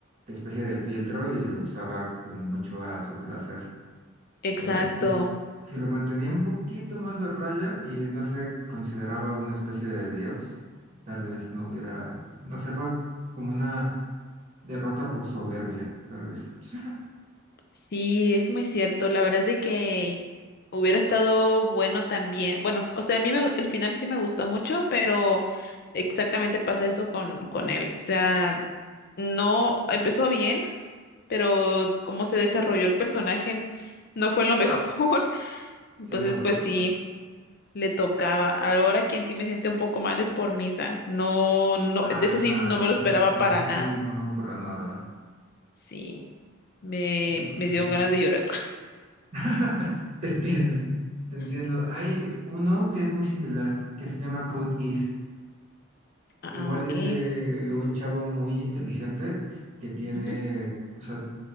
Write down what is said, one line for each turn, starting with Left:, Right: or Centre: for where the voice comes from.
Right: especie de filtro y lo usaba como mucho a su placer.
Left: Exacto.
Right: Pero sí, si lo mantenía un poquito más de raya y no se consideraba una especie de dios, tal vez no hubiera, no sé, fue como una derrota por soberbia, tal vez. <laughs>
Left: Sí, es muy cierto. La verdad es de que hubiera estado bueno también. Bueno, o sea, a mí me, gu- el final sí me gustó mucho, pero exactamente pasa eso con, con él. O sea, no empezó bien pero cómo se desarrolló el personaje no fue lo mejor. <laughs> Entonces,
Right: Sí, no, pero
Left: pues
Right: nada.
Left: sí, le tocaba. Ahora quien sí me siente un poco mal es por Misa. No, no,
Right: Ah,
Left: de eso
Right: claro,
Left: sí, no me lo
Right: ese
Left: esperaba
Right: personaje
Left: para nada.
Right: sí, no, para nada.
Left: Sí, me,
Right: Ese personaje.
Left: me dieron ganas de llorar.
Right: <laughs> Te entiendo, te entiendo.
Left: <laughs>
Right: Hay uno que es muy similar, que se llama Code Geass.
Left: Ah,
Right: Igual
Left: ok.
Right: es de un chavo muy inteligente que tiene,
Left: Ujú,
Right: o sea,